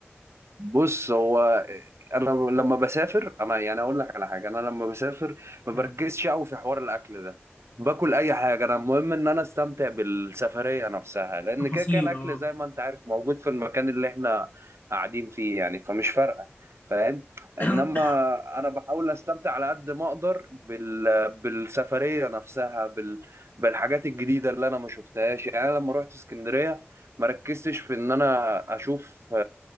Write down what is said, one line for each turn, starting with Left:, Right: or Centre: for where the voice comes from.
Right: بص هو انا لما بسافر انا يعني اقول لك على حاجه انا لما بسافر ما
Left: مم.
Right: بركزش قوي في حوار الاكل ده باكل اي حاجه انا المهم ان انا استمتع بالسفريه نفسها لان
Left: تفاصيل
Right: كده كده الاكل
Left: اه
Right: زي ما انت عارف موجود في المكان اللي احنا قاعدين فيه يعني فمش فارقه فاهم انما
Left: <coughs>
Right: انا بحاول استمتع على قد ما اقدر بال... بالسفريه نفسها بال... بالحاجات الجديده اللي انا ما شفتهاش يعني انا لما رحت اسكندريه ما ركزتش في ان انا اشوف